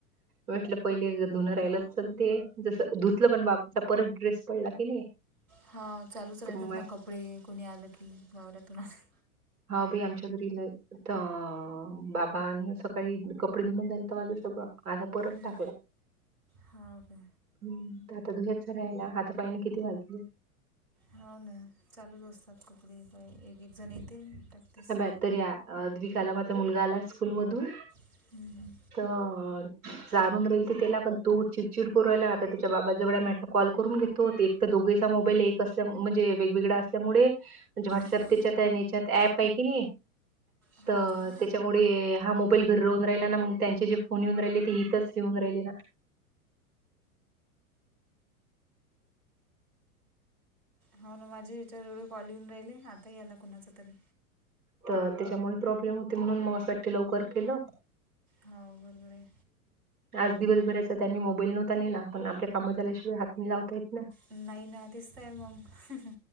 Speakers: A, on the right; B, on the right.
A: म्हटलं पहिले धुनं राहिलंच चचालते जसं धुतलं पण बापचा परत ड्रेस पडला की नाही.
B: हा चालूच राहतात
A: तर मग म्हटलं
B: ना कपडे कोणी आलं की वावरातून आले.
A: हा भाई आमच्या घरी ला आहे. अ बाब सकाळी कपडे धुऊून जाल तर माझं सगळं. आता परत
B: हं.
A: टाकलं..
B: हो काय
A: हम्म तर आता दुहे्यातच रायला हातापायन किती वाजलं.
B: हो ना चालूच असतात. कपडे इकडे एक एक जण येते टाकतेस
A: ब तर या द्विकाला माझा मुलगा आला स्कूल मधून.
B: हं, हं.
A: तर जाणून राहील त त्याला पण तो चिडचिड करू राहिला आता त त्याच्या बाबाजवळ मा कॉल करून घेतो एक. दोघेचा मोबाईल एक असल्या म्हणजे वेगवेगळा असल्यामुळे. म्हणजे व्हॉटसअप
B: हो
A: त्याच्यात आहे त्याच्यात ऍप आहे की नाही
B: हा
A: तर
B: हा
A: त्याच्यामुळे हा मोबाईल. घर राहन राहिला ना मग त्यांचे जे फोन येऊन राहिले ते इथच हेऊन राहिले ना.
B: हो ना माझे याच्यावर वेळी कॉल येऊन राहिले आता याला कुणाचा तरी.
A: तर त्याच्यामुळे प्रॉब्लेम होते म्हणून मग असं लवकर केलं.
B: हो बरोबर आहे.
A: आज दिवस भरायचा त्यांनी मोबाईल नव्हता नेला पण आपल्या काम झाल्याशिवाय हात नि लावताय.
B: नाही ना दिसत आहे मग